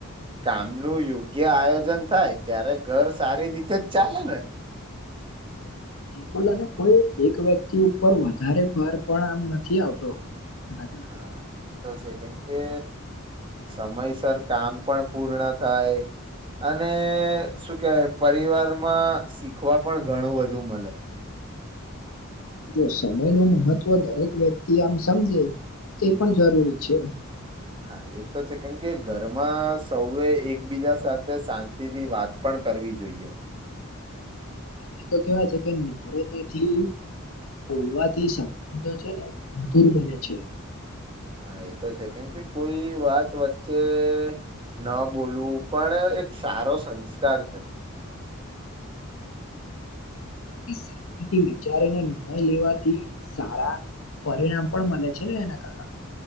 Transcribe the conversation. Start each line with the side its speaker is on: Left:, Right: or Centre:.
Right: કામ નું યોગ્ય આયોજન થાય ત્યારે ઘર સારી રીતે જ ચાલે ને
Left: બિલકુલ અને કોઈ એક વ્યક્તિ ઉપર વધારે ભાર પણ આમ નથી આવતો આના કારણે
Right: હા તો છે કેમ કે સમયસર કામ પણ પૂર્ણ થાય અને શું કેવાય પરિવારમાં શીખવા પણ ઘણું બધું મળે
Left: <inaudible> જો સમય ન મહત્વ દરેક વ્યક્તિ આમ સમજે તે પણ જરૂરી છે
Right: હા એ તો છે કેમ કે ઘરમાં સૌએ એકબીજા સાથે શાંતિથી વાત પણ કરવી જોઈએ
Left: એટલે તો કેવા છે કે નમ્રતાથી બોલવાથી સંબંધો છે ને મધુર બને છે
Right: હા એતો છે કેમ કે કોઈ વાત વચ્ચે ન બોલવું પણ એક સારો સંસ્કાર છે
Left: શાંત વિચારીને નિર્ણય લેવાથી સારા પરિણામ પણ મળે છે ને એના કારણ